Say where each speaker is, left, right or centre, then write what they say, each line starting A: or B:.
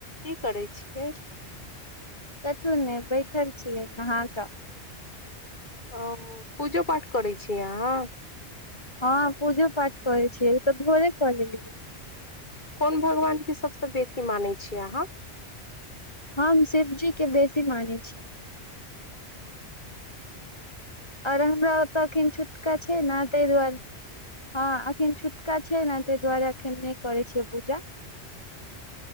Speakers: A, on the left; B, on the left.
A: की करै छियै
B: देखथून ने बैठल छियै नहा कऽ
A: ओ पूजो पाठ करै छियै अहाँ
B: हँ पूजो पाठ करै छियै उ तऽ भोरे कऽ लेलियै
A: कोन भगवानके सभसँ बेसी मानै छियै अहाँ
B: हम शिवजीके बेसी मानै छी आओर हमरा ओतय एखन छूतका छै ने तहि दुआरे हँ एखन छूतका छै ने तहि दुआरे एखन नहि करै छियै पूजा